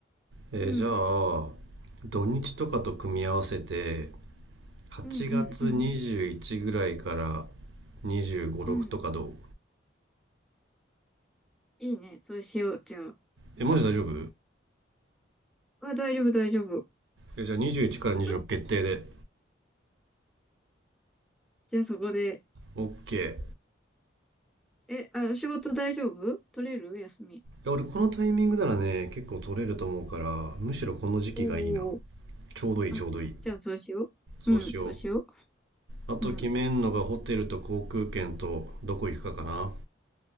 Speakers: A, on the right (about 70°); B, in the centre.
A: えじゃあ土日とかと組み合わせて
B: うん。
A: 8月21ぐらいから
B: うん、うん、うん。
A: 25、6とかどう
B: うん。いいね。そうしよう。じゃあ。
A: え、マジ大丈夫
B: あ、大丈夫、大丈夫。
A: え、じゃあ21から26決定で。
B: <laughs> じゃあそこで。
A: OK。いや、
B: え、あ、仕事大丈夫取れる休み。
A: 俺このタイミングならね、結構取れると思うから、むしろこの時期がいいな。
B: おーおーおー。
A: ちょうどいい、ちょうどいい。
B: あ、じゃあそうしよう。
A: そうしよ
B: うん、そうしよ
A: う。あと決めんのがホテルと航空券とどこ行くかかな。
B: う。うん。